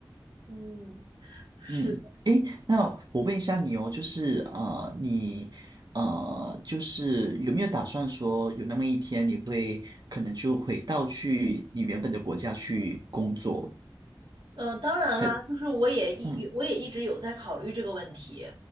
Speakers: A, on the right; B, on the right.
A: 嗯。是
B: 嗯，诶，那我问一下你哦，就是啊，你呃就是有没有打算说有那么一天你会可能就回到去你原本的国家去工作？
A: 呃，当然啦，
B: 很
A: 就是我也一我也一直有在考虑这个问题，
B: 嗯